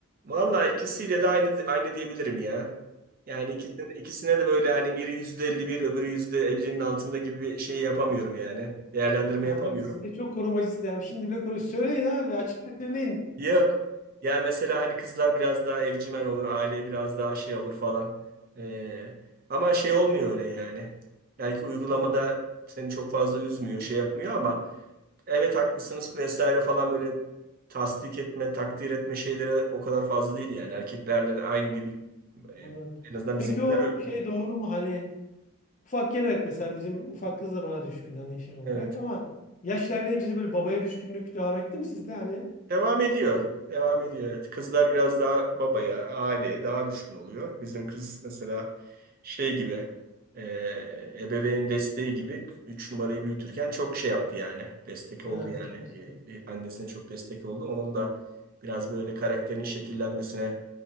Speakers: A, on the right; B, on the left.
A: Vallahi ikisiyle de aynı aynı diyebilirim ya. Yani ikisine, ikisine de böyle hani biri yüzde elli bir öbürü yüzde elli'nin altında gibi bir şey yapamıyorum yani. Değerlendirme
B: Ha,
A: yapamıyorum.
B: abi siz de çok korumacısınız ya. Şimdi bile koru. Söyleyin abi açıkça söyleyin.
A: Yok. Ya mesela hani kızlar biraz daha evcimen olur, aileye biraz daha şey olur falan. Ee, ama şey olmuyor öyle yani. Belki uygulamada
B: Hmm,
A: seni çok fazla üzmüyor, şey yapmıyor ama evet haklısınız vesaire falan böyle tasdik etme, takdir etme şeylere o kadar fazla değil yani. Erkeklerle aynı gibi e,
B: Anladım.
A: en azından
B: Peki
A: bizimkiler
B: o
A: öyle.
B: şey doğru mu? Hani ufakken evet mesela bizim ufak kız da bana düşkün hani şey olarak
A: Evet.
B: ama yaş ilerleyince de böyle babaya düşkünlük devam etti mi sizde hani?
A: Devam ediyor. Devam ediyor evet. Kızlar biraz daha babaya, aileye daha düşkün oluyor. Bizim kız mesela şey gibi e, ebeveyn desteği gibi 3 numarayı büyütürken çok şey yaptı yani. Destek
B: Ha,
A: oldu yani.
B: çok güzel.
A: E, e, annesine çok destek oldu. Onun da biraz böyle karakterinin şekillenmesine